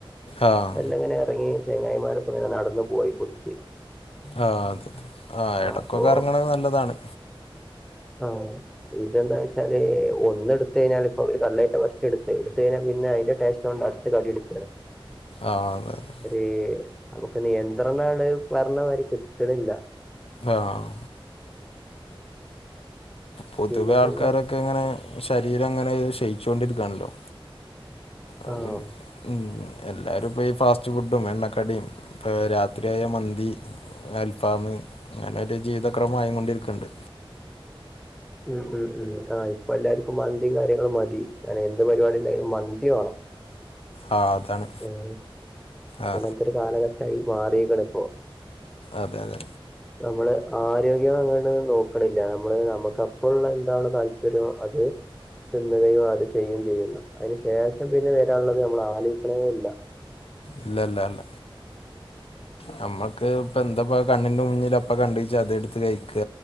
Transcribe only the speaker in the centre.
മെല്ല ങ്ങനെ എറങ്ങി, ചെങ്ങായിമാരപ്പ ങ്ങനെ നടന്നു പോയി കുടിച്ച്.
അപ്പോ
ആഹ്. ഇതെന്താന്ന് വെച്ചാല്, ഒന്നെടുത്ത് കഴിഞ്ഞാലിപ്പൊ, ഒരു കട്ലയിറ്റ് ഫസ്റ്റ് ടുത്ത്. ടുത്കഴിഞ്ഞാ പിന്നെ അയിന്റെ ടേസ്‌റ്റൊണ്ട് അട് ത്ത കടി എടുക്കലാ?
ഒര്, നമുക്ക് നിയന്ത്രണാണ് പറഞ്ഞമാരി കിട്ടണില്ല.
പിന്നെപ്പോ
എന്താ
ആഹ്
ഉം, ഉം, ഉം ആഹ്, ഇപ്പെല്ലാർക്കും മന്തിം കാര്യങ്ങളും മതി. അല്ല, എന്ത് പരിവാ ടിണ്ടെങ്കിലും മന്തി വാണം.
ഏഹ്,
അങ്ങൻത്തൊരു കാലഘട്ടായി മാറീക്ക്ണ് പ്പൊ?
നമ്മള്, ആരോഗ്യം അങ്ങട്ട് നോക്ക്ണില്ല. നമ്മള് നമുക്ക്... ഇപ്പള്ളന്താണ് താല്പര്യം അത്. തിന്നുകയും അത് ചെയ്യും ചെയ്യുന്ന, അയ്ന് ശേഷം പിന്നെ വരാള്ളത് നമ്മളാലോയ്ക്ക്ണേ ഇല്ല.